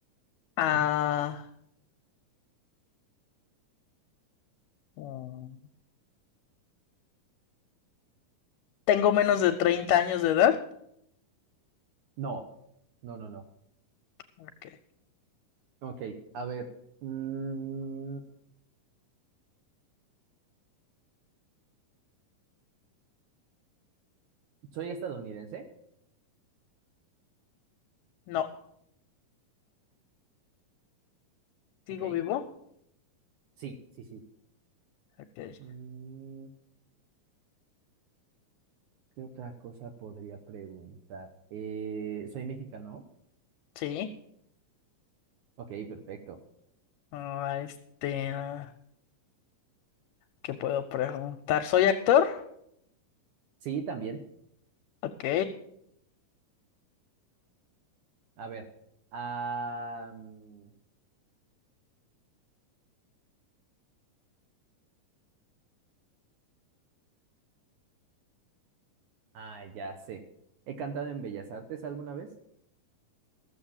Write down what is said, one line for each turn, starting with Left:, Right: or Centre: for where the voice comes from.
Right: <laughs>
Left: Ah, mm, tengo menos de 30 años de edad.
Right: No, no, no, no.
Left: Ok.
Right: Ok, a ver. mm, ¿soy estadounidense?
Left: No. ¿Sigo
Right: Ok,
Left: vivo?
Right: sí, sí, sí.
Left: Ok.
Right: Mm, ¿qué otra cosa podría preguntar? Eh, ¿soy mexicano?
Left: Sí.
Right: Ok, perfecto.
Left: Ah, este, ah, ¿qué puedo preguntar? ¿Soy actor?
Right: Sí, también.
Left: Ok.
Right: A ver. Ah, mm, ah, ya sé. ¿He cantado en Bellas Artes alguna vez?